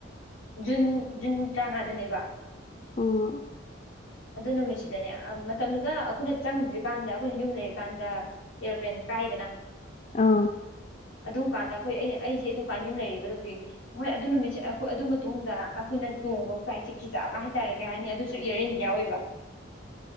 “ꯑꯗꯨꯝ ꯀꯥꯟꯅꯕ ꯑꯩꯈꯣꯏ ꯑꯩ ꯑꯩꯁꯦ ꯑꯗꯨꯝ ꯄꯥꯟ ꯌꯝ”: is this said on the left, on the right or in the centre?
Left